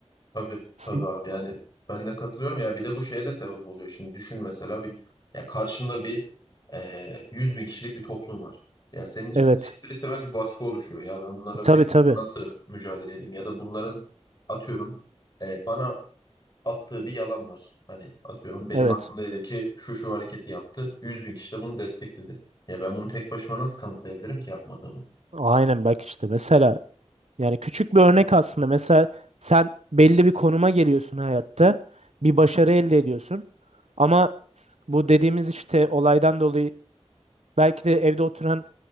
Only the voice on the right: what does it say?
Sin-
Evet.
E, Tabii
tabii.
Evet.
Aynen bak işte mesela Yani küçük bir örnek aslında. Mesela sen belli bir konuma geliyorsun hayatta. Bir başarı elde ediyorsun. Ama s- bu dediğimiz işte olaydan dolayı belki de evde oturan